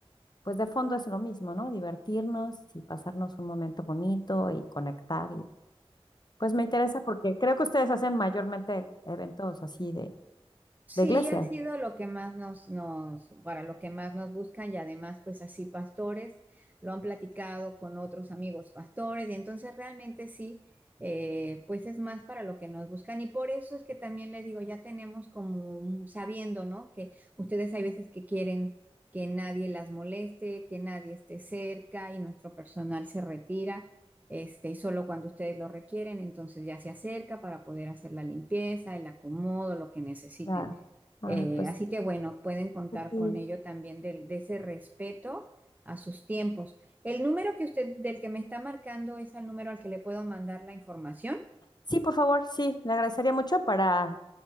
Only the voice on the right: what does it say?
Sí,
ha sido lo que más nos, nos, para lo que más nos buscan y además pues así pastores lo han platicado con otros amigos pastores y entonces realmente sí, eh, pues es más para lo que nos buscan y por eso es que también le digo, ya tenemos como un- sabiendo, ¿no? Que ustedes hay veces que quieren que nadie las moleste, que nadie esté cerca y nuestro personal se retira. Este, y solo cuando ustedes lo requieren, entonces ya se acerca para poder hacer la limpieza, el acomodo, lo que necesiten.
Eh,
así que bueno, pueden contar
con ello también del- de ese respeto a sus tiempos. El número que usted, del que me está marcando, es el número al que le puedo mandar la información.